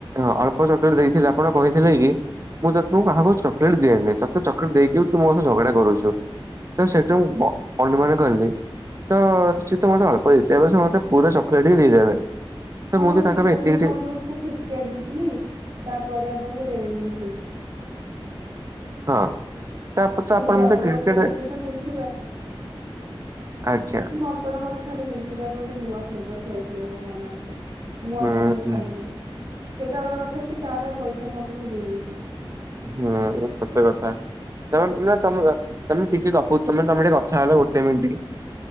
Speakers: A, on the right; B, on the right.
A: ହଁ ଅଳ୍ପ ଚକୋଲେଟ ଦେଇଥିଲେ। ଆପଣ କହିଥିଲେ କି ମୁଁ ତ ମୁଁ କାହାକୁ ଚକଲେଟ ଦିଏନି। ତତେ ଚକଲେଟ ଦେଇକି ବି ତୁ ମୋ ସହ ଝଗଡା କରୁଛୁ। ତ ସେଇଠୁ ମୁଁ ଅ ଅନୁମାନ କହିଲି। ତ ସିଏ ତ ମୋତେ ଅଳ୍ପ ଦେଇଥିଲା ଏବେ ସେ ମତେ ପୁରା ଚକୋଲେଟ୍ ହିଁ ଦେଇଦେଲେ। ତ
B: କଣ
A: ମୁଁ ଯଦି
B: ସେଇ
A: ତାଙ୍କ
B: ଟାଇମ
A: ପାଇଁ ଏତିକି
B: ରେ ମୁଁ
A: ଟିକେ
B: ଆପଣଙ୍କୁ କିଟକାଟ ଦେଇଥିଲି। ତାପରେ ଆପଣଙ୍କୁ ଡେରୀମିଲ୍କ ଦେଉଛି।
A: ହଁ। ତା ତାପରେ
B: କିନ୍ତୁ
A: ମତେ
B: ଆପଣଙ୍କ
A: କ୍ରିକେଟ
B: ପ୍ରିୟ ଚକୋଲେଟ
A: ରେ
B: ତ ମିଲ୍କିବାର।
A: ଆଜ୍ଞା।
B: ମୁଁ ଆପଣ ମତେ ଥରେ ମିଲ୍କବାରର ଗୋଟେ ନୂଆ ଫ୍ଲେବର୍ ଖୁଆଇଥିଲେ ମୋର ମନେ ଅଛି ମୁଁ
A: ହୁଁ
B: ଆପଣଙ୍କୁ
A: ହୁଁ
B: ଖୁଆଇନି। ସେଇଟା ଅଲଗା କଥା କି ତାର ପଇସା ମୁଁ ଆପଣଙ୍କୁ ଦେଇ ଦେଇଥିଲି।
A: ହୁଁ ସତ କଥା ତମେ ନାଁ ତମେ ଅ ତମେ ଟିକେ ଗପୁ ତମେ ତମେ ଡେ କଥା ହେଲ ଗୋଟେ ମିଣ୍ଟି।